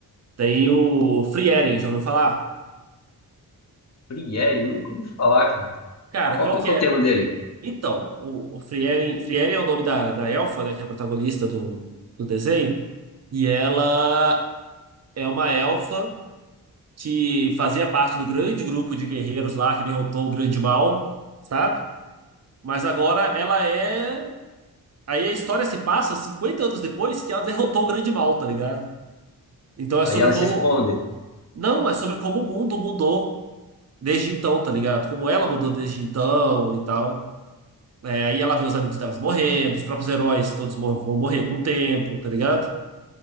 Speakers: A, on the right; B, on the left.
A: tem o Free Eren, já ouviu falar?
B: Frieren, nunca ouvi falar, cara.
A: Cara,
B: Qual,
A: qual
B: qual
A: que
B: que é
A: é?
B: o tema dele?
A: Então, o, o Free Eren, Free Eren é o nome da, da elfa, né, que é a protagonista do, do desenho, e ela é uma elfa que fazia parte do grande grupo de guerreiros lá que derrotou o Grande Mal, sabe? Mas agora ela é. Aí a história se passa 50 anos depois que ela derrotou o grande mal, tá ligado? Então é
B: Aí
A: sobre
B: ela
A: como.
B: se esconde
A: Não, é sobre como o mundo mudou desde então, tá ligado? Como ela mudou desde então e tal. É, aí ela vê os amigos delas morrendo, os próprios heróis todos mor- vão morrer com o tempo, tá ligado?